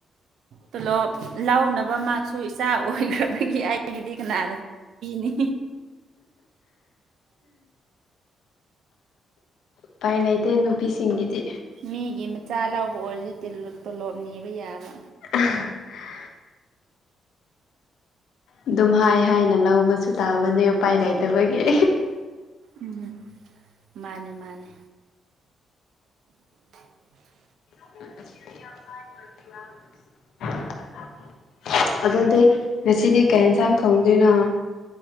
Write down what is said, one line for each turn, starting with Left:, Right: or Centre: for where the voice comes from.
Right: ꯇꯣꯂꯣꯞ ꯂꯧꯅꯕ ꯃꯥꯁꯨ ꯏꯆꯥ ꯑꯣꯏꯈ꯭ꯔꯕꯒꯤ ꯑꯩ ꯑꯩꯒꯤꯗꯤ ꯀꯅꯥꯅ ꯄꯤꯅꯤ
Left: ꯎꯄꯥꯏ ꯂꯩꯇꯦ ꯅꯨꯄꯤꯁꯤꯡꯒꯤꯗꯤ
Right: ꯃꯤꯒꯤ ꯃꯆꯥ ꯂꯧꯕ ꯑꯣꯏꯔꯗꯤ ꯇꯣꯂꯣꯞ ꯅꯤꯕ ꯌꯥꯕ
Left: <unintelligible> ꯑꯗꯨꯝ ꯍꯥꯏ ꯍꯥꯏꯅ ꯂꯧꯕꯁꯨ ꯇꯥꯕꯅꯦ ꯎꯄꯥꯏ ꯂꯩꯇꯕꯒꯤ
Right: ꯎꯝ ꯃꯥꯅꯦ ꯃꯥꯅꯦ <unintelligible>
Left: <unintelligible> ꯑꯗꯨꯗꯤ ꯉꯁꯤꯗꯤ ꯀꯩ ꯌꯦꯟꯁꯥꯡ ꯊꯣꯡꯗꯣꯏꯅꯣ